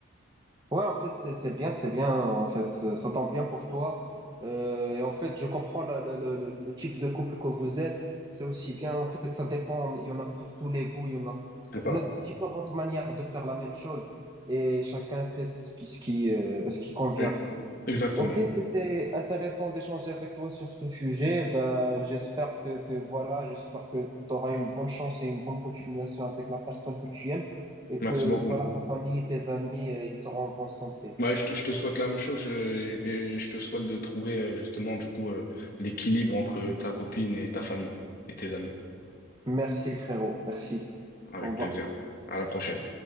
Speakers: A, on the right (about 20°); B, on the left (about 45°).
A: Ouais, en fait, c'est, c'est bien, c'est bien. En fait, euh, ça tombe bien pour toi. Euh, et en fait, je comprends le, le, le, le le type de couple que vous êtes. C'est aussi bien. En fait, ça dépend. Il y en a pour tous les goûts. Il y en a,
B: C'est ça.
A: il y en a différentes manières de faire la même chose. Et chacun fait ce qui, ce qui, euh, ben, ce qui convient.
B: Oui, Exactement.
A: Ok, c'était intéressant d'échanger avec toi sur ce sujet. Bah, j'espère que, que voilà, j'espère que tu auras une bonne chance et une bonne continuation avec la personne que tu aimes et
B: Merci
A: que
B: beaucoup.
A: voilà, ta famille et tes amis, euh, ils seront en bonne santé.
B: Bah, je te, je te souhaite la même chose je- et je te souhaite de trouver euh, justement du coup euh, l'équilibre entre ta copine et ta famille et tes amis.
A: Merci frérot, merci.
B: Avec
A: Au revoir.
B: plaisir. À la prochaine.